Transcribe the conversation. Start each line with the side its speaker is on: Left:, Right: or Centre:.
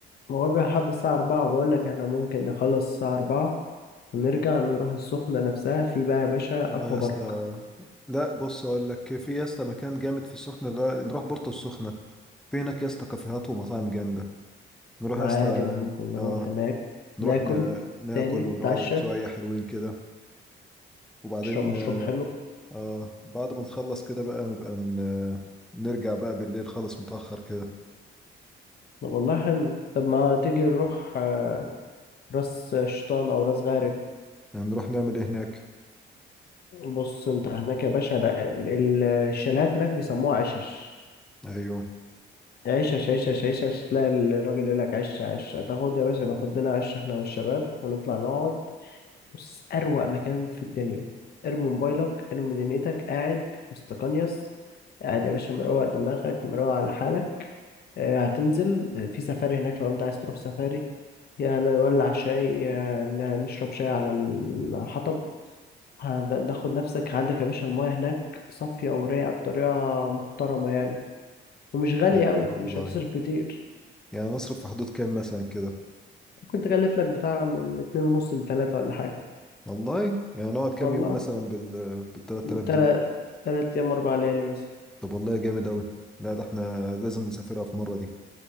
Left: موابع لحد الساعة أربعة بقولك احنا ممكن نخلص الساعة أربعة ونرجع نروح السخنة نفسها في بقى يا باشا
Centre: اه
Left: أكوا
Centre: يا
Left: بارك
Centre: اسطى لا بص اقول لك في يا اسطى مكان جامد في السخنة ده نروح بورتو السخنة في هناك يا اسطى كافيهات ومطاعم جامدة نروح
Left: عادي
Centre: يا اسطى
Left: ممكن نروح
Centre: اه
Left: هناك
Centre: نروح
Left: ناكل
Centre: ن... ناكل
Left: تاني
Centre: ونقعد
Left: نتعشى
Centre: شوية حلوين كده وبعدين
Left: نشرب مشروب
Centre: آه...
Left: حلو
Centre: آه بعد ما نخلص كده بقى نبقى ن... آه، نرجع بقى بالليل خالص متأخر كده
Left: طب والله حلو طب ما تيجي نروح آه، راس شيطان او راس غارب
Centre: يعني نروح نعمل ايه هناك
Left: بص انت هناك يا باشا لا، ال- الشاليهات هناك بيسموها عشش
Centre: ايوه
Left: عشش عشش عشش تلاقي الراجل يقول لك عش عش تاخد يا باشا ناخد لنا عش احنا والشباب ونطلع نقعد بص اروق مكان في الدنيا ارمي موبايلك ارمي دنيتك قاعد مستقنيس قاعد يا باشا مروق دماغك مروق على حالك آه، هتنزل في سفاري هناك لو انت عايز تروح سفاري يعني نولع شاي آه، ن- نشرب شاي على الحطب هن- ناخد نفسك عندك يا باشا المايه هناك صافية ورايقة بطريقة محترمة يعني ومش غالية
Centre: جامد
Left: أوي
Centre: ده والله
Left: مش هتصرف كتير
Centre: يعني نصرف في حدود كام مثلا كده
Left: ممكن تكلف لك بتاع من اتنين ونص لتلاتة ولا حاجة
Centre: والله يعني نقعد كام
Left: والله
Centre: يوم مثلا بال بال 3000
Left: تلات
Centre: دول
Left: تلات أيام أربع ليالي مثلا
Centre: طب والله جامد أوي لا ده احنا لازم نسافرها في مرة دي